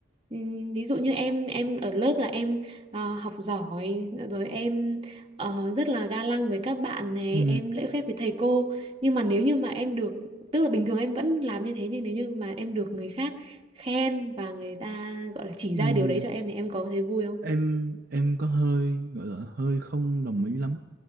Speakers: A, on the right; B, on the right.
A: Ừm, Ví dụ như em em ở lớp là em ờ, học giỏi rồi em ờ, rất là ga lăng với các bạn này,
B: ừ.
A: em lễ phép với thầy cô. Nhưng mà nếu như mà em được tức là bình thường em vẫn làm như thế nhưng nếu như mà em được người khác khen và người ta gọi là chỉ ra
B: Ừm,
A: điều đấy cho em thì em có thấy vui không?
B: em em có hơi gọi là hơi không đồng ý lắm.